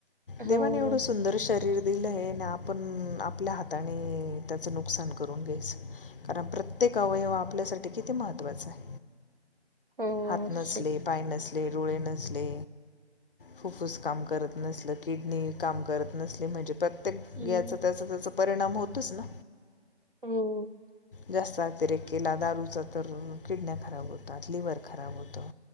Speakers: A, on the left; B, on the right.
A: देवाने
B: हो
A: एवढं
B: हो
A: सुंदर शरीर दिलंय आणि आपण हाताने त्याच नुकसान करून घ्यायचं, कारण प्रत्येक अव यव आपल्यासाठी किती महत्वाचा आहे,
B: हो.
A: हात नसले पाय नसले डोळे नसले, फुफ्फुस काम करत नसलं, किडनी काम करत नसली म्हणजे प्रत्येक
B: हं,
A: याचा त्याचा त्याचा परिणाम होतोच ना.
B: हम्म
A: जास्त अतिरेक केला दारूचा तर किडण्या खराब होतात लिवर खराब होतं.